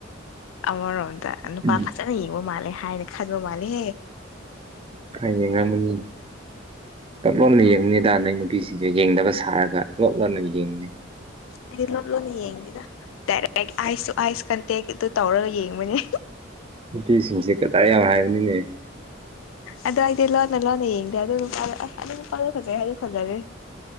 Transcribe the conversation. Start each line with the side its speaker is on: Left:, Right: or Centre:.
Left: ꯑꯃꯔꯣꯝꯗ ꯅꯨꯄꯥ
Right: ꯎꯝ
Left: ꯐꯠ ꯐꯖꯅ ꯌꯦꯡꯕ ꯃꯥꯜꯂꯦ ꯍꯥꯏꯅ ꯈꯟꯕ ꯃꯥꯜꯂꯦꯍꯦ
Right: ꯐꯌꯦꯡꯉꯝꯃꯅꯤ ꯂꯣꯠ ꯂꯣꯟꯅ ꯌꯦꯡꯕꯅꯤꯗꯥ ꯅꯣꯏ ꯅꯨꯄꯤꯁꯤꯡꯁꯦ ꯌꯦꯡꯗꯕ ꯁꯥꯔꯒ ꯂꯣꯠ ꯂꯣꯟꯅ ꯌꯦꯡꯕꯅꯤ
Left: ꯑꯩꯗꯤ ꯂꯣꯠ ꯂꯣꯠꯅ ꯌꯦꯡꯗꯦꯗꯥ ꯗꯥꯏꯔꯦꯛ ꯑꯥꯏꯁ ꯁꯨ ꯑꯥꯏꯁ ꯀꯟꯇꯦꯛ ꯑꯗꯨ ꯇꯧꯔꯒ ꯌꯦꯡꯕꯅꯦ
Right: ꯅꯨꯄꯤꯁꯤꯡꯁꯦ ꯀꯗꯔ ꯌꯥꯝ ꯍꯥꯏꯕꯅꯤꯅꯦ
Left: ꯑꯗꯣ ꯑꯩꯗꯤ ꯂꯣꯟꯅ ꯂꯣꯟꯅ ꯌꯦꯡꯗꯦ ꯑꯗꯨ ꯅꯨꯄꯥꯗꯣ ꯑꯁ ꯑꯗꯨ ꯅꯨꯄꯥꯗꯣ ꯐꯖꯩ ꯍꯥꯏꯗꯤ ꯐꯖꯔꯦ